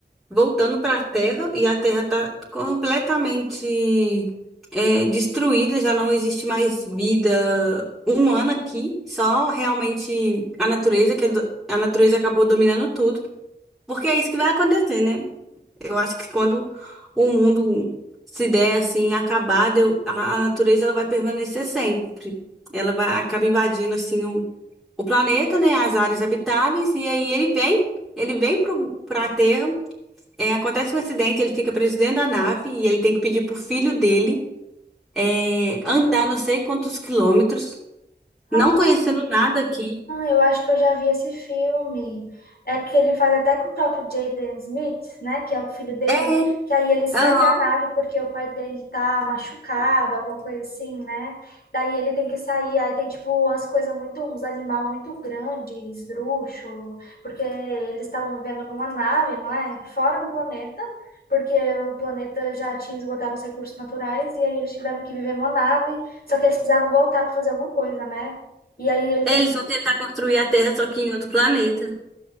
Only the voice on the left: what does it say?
Ah,
eu acho que eu já vi esse filme. É que ele faz até com o próprio Jaden Smith, né? Que é o filho dele.
Que aí ele sai
da nave porque o pai dele tá machucado, alguma coisa assim, né? Daí ele tem que sair. Aí tem, tipo, umas coisas muito... Uns animal muito grandes, esdrúxulo. Porque eles estavam vivendo numa nave, não é? Fora do planeta. Porque o planeta já tinha esgotado os recursos naturais. E aí eles tiveram que viver numa nave. Só que eles precisavam voltar para fazer alguma coisa, né? E aí ele
tem
que...